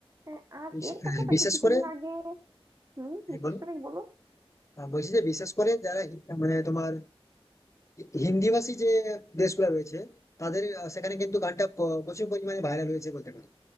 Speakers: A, on the right; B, on the left.
A: আহ, আর
B: বিশ-
A: এর
B: হ্যাঁ,
A: পাশাপাশি
B: বিশেষ
A: কিছুদিন
B: করে
A: আগে হুম
B: হ্যাঁ,
A: বিশেষ
B: বলো
A: করে বলো
B: আহ, বলছি যে বিশেষ করে যারা হি- মানে তোমার হি- হিন্দিভাষী যে দেশগুলো রয়েছে তাদের আহ, সেখানে কিন্তু গানটা প- প্রচুর পরিমাণে ভাইরাল হয়েছে বলতে পারো